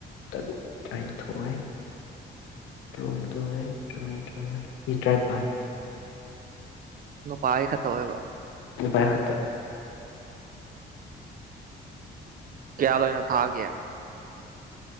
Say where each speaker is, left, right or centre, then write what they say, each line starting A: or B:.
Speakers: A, on the left; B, on the right.
A: ꯇꯔꯨꯛ ꯇꯔꯥꯅꯤꯊꯣꯏ ꯇ꯭ꯔꯨꯝꯗ ꯇ ꯃꯤꯇꯥꯏ ꯄ
B: ꯅꯣ ꯄꯥꯥꯏ ꯈꯠꯇ ꯑꯣꯏꯕ
A: ꯄꯥꯥꯏ ꯉ
B: ꯀꯌꯥ ꯂꯣꯏꯅꯣ ꯊꯥꯒꯦ